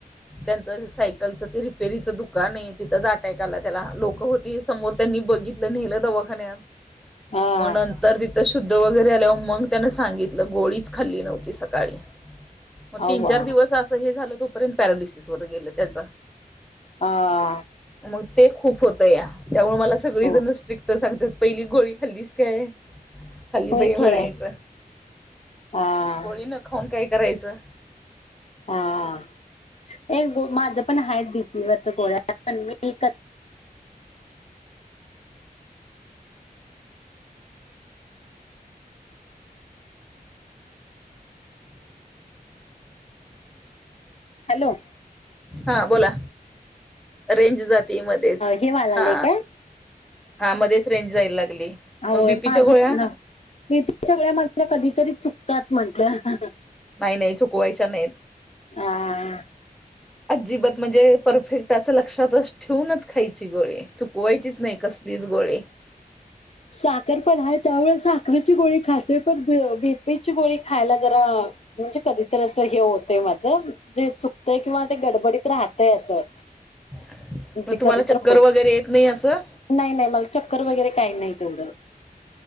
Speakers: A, in the centre; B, on the left (about 45°).
A: त्यांचं सायक रिपेरीचं दुकान आहे तिथंच अटॅक आला त्याला लोक होती समोर त्यांनी बघितलं नेलं दवा खान्यात.
B: हा
A: मग नंतर तिथं शुद्ध वगैरे आल्यावर मग त्यान सांगितलं गोळीच खाल्ली नव्हती सकाळी मगं
B: अव्वा
A: तीन चार दिवस असं हे झालं तोपर्यंत पॅरालिसिस वर गेलं त्याच
B: हा.
A: मग ते खूप होत या त्यामुळे मला सगळी
B: हो
A: जण स्ट्रिक्ट सांगतात पहिली गोळी खाल्लीच कायं. खाल्ली
B: होय
A: बाई म्हणायचं.
B: की हा
A: गोळी न खाऊून काय? करायचं?
B: हा. हे गं माझं पण आहे बीपी वरच गोळ्या पण मी कधी हॅलो!
A: हा बोला रेंज जाती मध्येच.
B: हे वालालय
A: हा.
B: काय
A: हा मध्येच रेंज जायला लागली
B: होय
A: मग बीपीच्या
B: माझी
A: गोळ्या
B: बीपीच्या गोळ्या माझ्या कधीतरी चुकतात म्हंटल्या.
A: नाही नाही चुकवायच्या नाहीत.
B: आह.
A: अजिबात म्हणजे परफेक्ट असं लक्षातच ठेवूनच खायची गोळी. चुकवायचीच नाही कसलीच गोळी.
B: साखर पण आहे त्यामुळे साखरची गोळी खाते पण बीपीची गोळी खायला जरा म्हणजे कधीत असं हे होतय माझं जे चुकतंय किंवा ते गडबडीत राहतय असं.
A: मगं
B: म्हणजे
A: तुम्हाला
B: कधीतर
A: चक्कर
B: होत
A: वगैरे येत नाही असं?
B: नाही नाही मला चक्कर वगैरे काही नाही तेवढं.